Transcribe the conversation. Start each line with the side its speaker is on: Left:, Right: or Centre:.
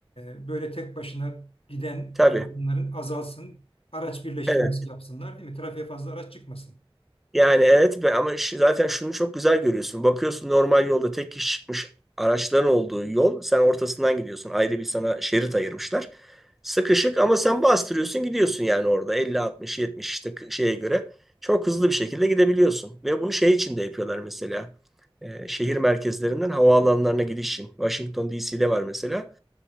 Left: Ee, böyle tek başına giden
Centre: tabii.
Left: insanların azalsın, araç birleştirmesi
Centre: Evet.
Left: yapsınlar değil mi? Trafiğe fazla araç çıkmasın.
Centre: Yani evet be ama şu- zaten şunu çok güzel görüyorsun. Bakıyorsun normal yolda tek kişi çıkmış araçların olduğu yol. Sen ortasından gidiyorsun. Ayrı bir sana şerit ayırmışlar. Sıkışık ama sen bastırıyorsun gidiyorsun yani orada 50, 60, 70 işte k- şeye göre. Çok hızlı bir şekilde gidebiliyorsun. Ve bunu şey için de yapıyorlar mesela. Ee, şehir merkezlerinden havaalanlarına gidiş için. Washington DC'de var mesela.